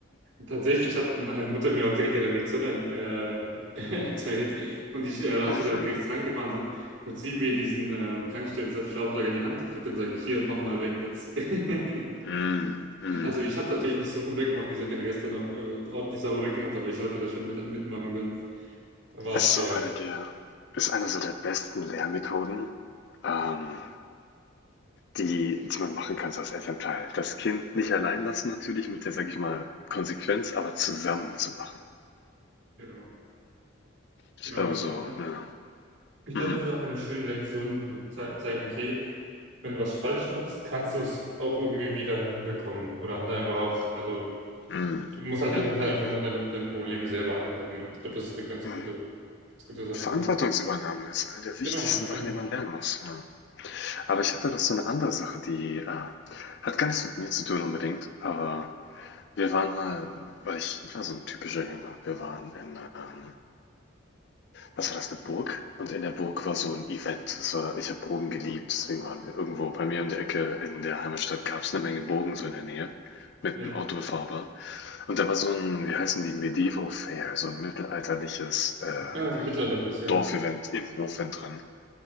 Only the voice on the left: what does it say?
Mhm.
Mm, mm.
Ist
so eine der, ist eine so der besten Lehrmethoden. Ähm, Die die man machen kann so als Elternteil. Das Kind nicht allein lassen natürlich mit der, sage ich mal, Konsequenz, aber zusammen zu machen.
Ich
glaube
so,
ja.
Mhm.
Mhm.
Mhm,
mhm,
mhm.
Verantwortungsübernahme ist eine der wichtigsten
Sachen, die man lernen muss, ja. Aber ich hatte noch so eine andere Sache, die, äh, hat gar nichts mit mir zu tun unbedingt, aber wir waren mal weil ich ich war so ein typischer Junge. Wir waren in, ähm was war das, eine Burg? Und in der Burg war so ein Event. Das war, ich habe Burgen geliebt, deswegen waren wir irgendwo bei mir um die Ecke in der Heimatstadt gab es eine Menge Burgen so in der Nähe, mit
dem Auto befahrbar. Und da war so ein, wie heißen die, Medieval Fair, so ein mittelalterliches äh,
Dorfevent im Hof drin.